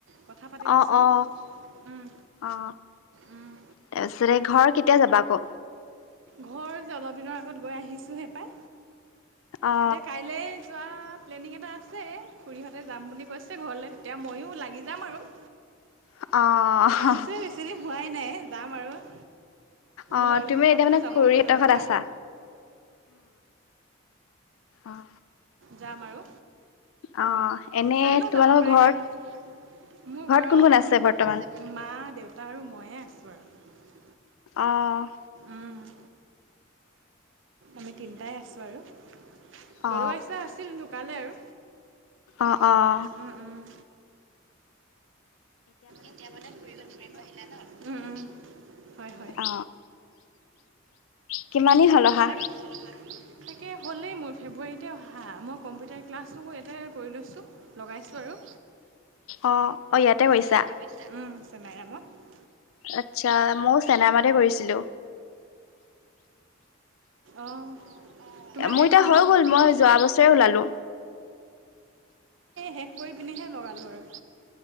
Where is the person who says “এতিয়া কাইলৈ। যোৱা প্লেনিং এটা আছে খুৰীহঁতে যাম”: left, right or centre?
Right